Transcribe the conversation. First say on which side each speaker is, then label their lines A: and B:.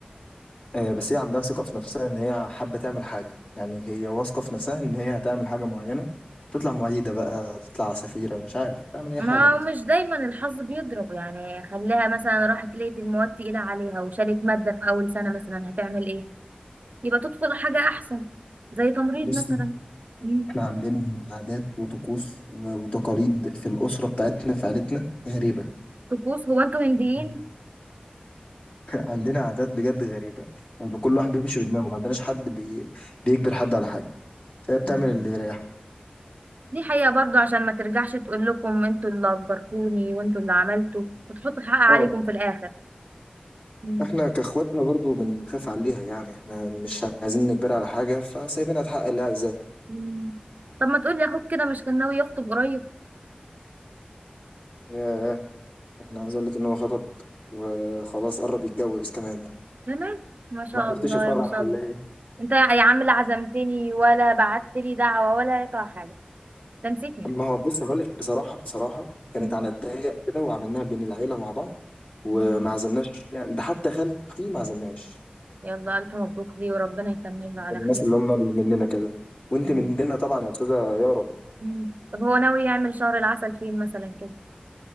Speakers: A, on the left; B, on the right.
A: آه بس هي عندها ثقه في نفسها ان هي حابه تعمل حاجه يعني هي واثقه في نفسها ان هي هتعمل حاجه معينه تطلع معيده بقى تطلع سفيره مش عارف هتعمل اي
B: ما
A: حاجه بس
B: مش دايما الحظ بيضرب يعني خليها مثلا راحت لقيت المواد تقيلة عليها وشالت مادة في اول سنة مثلا هتعمل ايه يبقى تدخل حاجة احسن زي تمريض
A: بص
B: مثلا مم.
A: احنا عندنا عادات وطقوس و- وتقاليد في الأسرة بتاعتنا في عيلتنا غريبة
B: طقوس هو انتوا هنديين
A: <laughs> عندنا عادات بجد غريبة يعني كل واحد بيمشي بدماغه ما عندناش حد بي... بيجبر حد على حاجة فهي بتعمل
B: مم.
A: اللي يريحها
B: دي حقيقة برضو عشان ما ترجعش تقول لكم انتوا اللي اجبرتوني وانتوا اللي عملتوا وتحطوا الحق عليكم
A: اه
B: في الاخر مم.
A: احنا كاخواتها برضو بنخاف عليها يعني احنا مش عايزين نجبرها على حاجة فسايبينها تحقق اللي عايزاه
B: مم. طب ما تقولي اخوك كده مش كان ناوي يخطب قريب
A: ياه احنا عايز اقول لك ان هو خطب وخلاص قرب يتجوز كمان
B: كمان ما شاء
A: ما حضرتش
B: الله
A: الفرح
B: ما شاء
A: ولا
B: الله
A: إيه؟
B: انت يا يا عم لا عزمتني ولا بعت لي دعوة ولا اي حاجة تنسيتني
A: ما هو بص هقول لك بصراحه بصراحه كانت
B: مم.
A: على الضيق كده وعملناها بين العيله مع بعض وما
B: مم.
A: عزمناش يعني ده حتى خالتي ما عزمناش
B: يلا الف مبروك ليه وربنا يتمم له على
A: من الناس
B: خير
A: اللي هم اللي مننا كده وانت
B: مم.
A: مننا طبعا يا استاذه يارا
B: مم. طب هو ناوي يعمل شهر العسل فين مثلا كده